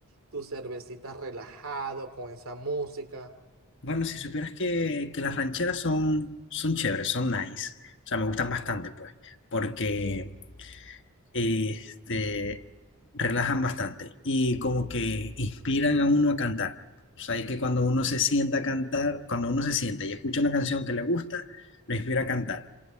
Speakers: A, on the right; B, on the left.
A: tus cervecitas relajado con esa música?
B: Bueno, si supieras que, que las rancheras son, son chéveres, son nice. O sea, me gustan bastante, pues, porque este, relajan bastante y como que inspiran a uno a cantar. O sea, es que cuando uno se sienta a cantar, cuando uno se sienta y escucha una canción que le gusta, lo inspira a cantar.